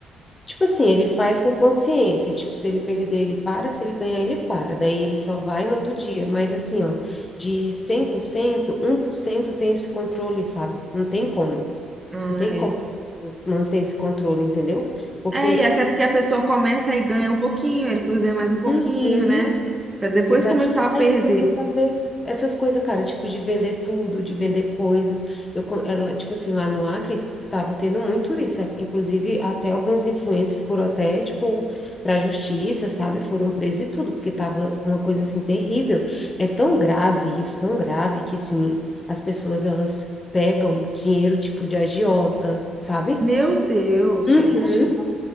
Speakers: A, on the left (about 25°); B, on the right (about 15°).
A: tipo assim, ele faz com consciência, tipo, se ele perder, ele para, se ele ganhar, ele para, daí ele só vai no outro dia. Mas assim, ó, de cem por cento um por cento tem esse controle, sabe? Não tem como,
B: Ah,
A: não tem
B: é.
A: como você manter esse controle, entendeu? Porque.
B: É, e até porque a pessoa começa e ganha um pouquinho, aí depois ganha mais um pouquinho,
A: Uhum.
B: né? Pra depois
A: Exato.
B: começar a
A: Aí
B: perder.
A: comecei a fazer essas coisas, cara, tipo de vender tudo, de vender coisas. Eu, co- ela, tipo assim, lá no Acre tava tendo muito isso, é, inclusive até alguns influencers foram até, tipo, para a justiça, sabe? Foram presos e tudo, porque tava uma coisa assim terrível. É tão grave isso, tão grave que assim, as pessoas elas pegam dinheiro tipo de agiota, sabe?
B: Meu Deus,
A: Uhum.
B: gente.